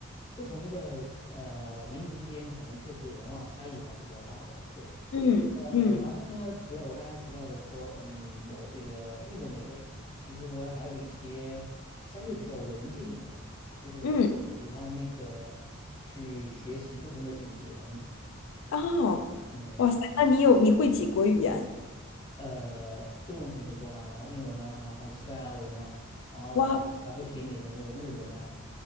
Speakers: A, on the left; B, on the left.
A: 不同的呃民族之间，可能确实文化差异还是比较大的。对。
B: 嗯嗯
A: 呃，然后呢，除了我刚才提到的说，嗯，我这个运动类的，其实我还有一些相对比较文静一点的，就是我特别喜欢那个去学习不同的语言，
B: 嗯，哦，
A: 嗯，
B: 哇塞，那你有你会几国语言？
A: 呃，中文肯定会说啦，然后英文啦，然后西班牙文呐，然后还还会一点点的那个日文呐，
B: 哇